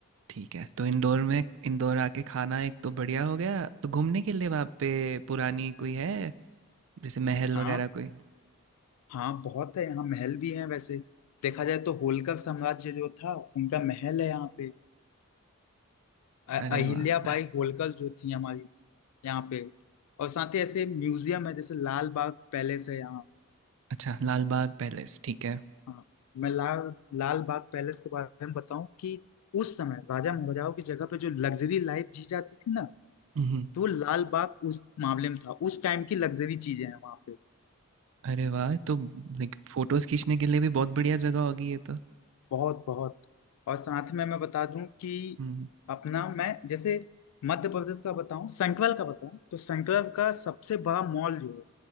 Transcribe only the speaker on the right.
ठीक है तो इंदौर में इंदौर आके खाना एक तो बढ़िया हो गया तो घूमने के लिए वहाँ पे पुरानी कोई है जैसे महल
वगैरह कोई
अरे
वाह हाँ,
अच्छा लाल बाग पैलेस ठीक है
हम्म,
अरे वाह तो लाइक फोटोज खींचने के लिए भी बहुत बढ़िया जगह होगी ये तो
हम्म